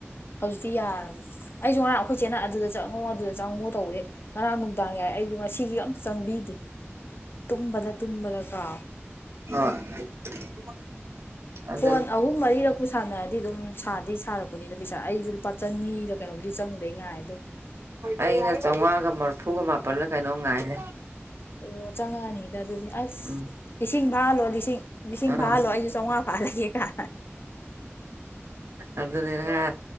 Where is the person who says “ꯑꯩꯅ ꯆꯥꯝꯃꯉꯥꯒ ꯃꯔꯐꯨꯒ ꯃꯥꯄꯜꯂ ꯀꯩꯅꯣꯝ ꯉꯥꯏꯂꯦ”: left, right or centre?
Right